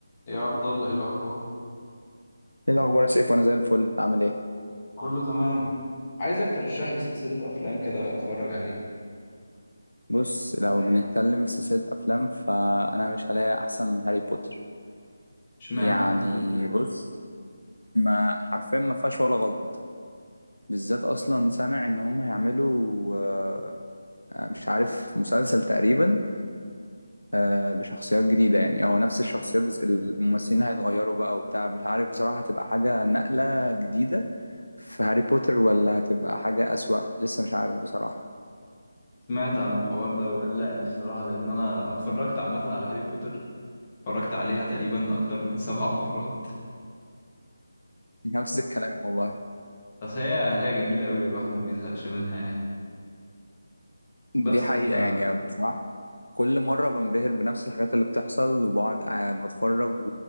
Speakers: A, on the left (about 25°); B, on the left (about 80°).
A: يا عبد الله ايه الاخبار
B: ايه الاخبار يا سيف وانا زي الفل عامل ايه
A: كله تمام عايزك ترشح لي سلسلة افلام كده اتفرج عليها
B: بص لو بنتكلم في سلسلة أفلام فأنا مش هلاقي أحسن من هاري بوتر
A: اشمعنى
B: يعني
A: هاري بوتر
B: بص ما حرفيا ما فيهاش ولا غلط بالذات أصلا سامع إن هم هيعملوا آه، مش عارف مسلسل تقريبا آه، بشخصيات جديدة يعني هو نفس الشخصيات بس الممثلين هيتغيروا بقى وبتاع مش عارف بصراحة هتبقى حاجة نقلة جديدة في هاري بوتر ولا هتبقى حاجة أسوأ لسه مش عارف بصراحة
A: سمعت عن الحوار ده وقلقني الصراحة لان انا أنا اتفرجت عامة على هاري بوتر اتفرجت عليها تقريبا اكتر من سبع مرات
B: <laughs> نفس الكلام والله
A: <laughs> بس هي هي جميلة قوي والواحد ما بيزهقش منها يعني
B: دي
A: بس
B: حقيقة
A: آه،
B: يعني بصراحة كل مرة بنبهر بنفس الحاجات اللي بتحصل وبقعد قاعد بتفرج و...